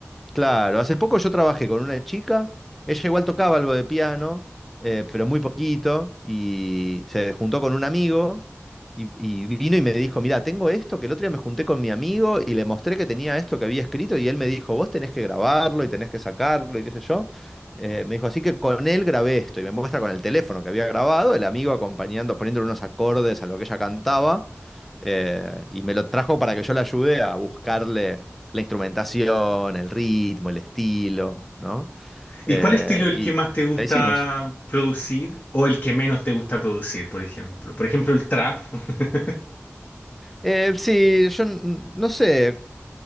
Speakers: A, in the centre; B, on the left.
A: Claro, hace poco yo trabajé con una chica, ella igual tocaba algo de piano, eh, pero muy poquito, y se juntó con un amigo y, y vino y me dijo, mira, tengo esto, que el otro día me junté con mi amigo y le mostré que tenía esto que había escrito y él me dijo, vos tenés que grabarlo y tenés que sacarlo y qué sé yo. Eh, me dijo, así que con él grabé esto y me muestra con el teléfono que había grabado, el amigo acompañando, poniéndole unos acordes a lo que ella cantaba. Eh, y me lo trajo para que yo le ayude a buscarle la instrumentación, el ritmo, el estilo, ¿no? Eh,
B: ¿Y cuál estilo es
A: y
B: el que más te gusta
A: la hicimos.
B: producir o el que menos te gusta producir, por ejemplo? Por ejemplo, el trap. <laughs>
A: Eh, sí, yo n- no sé,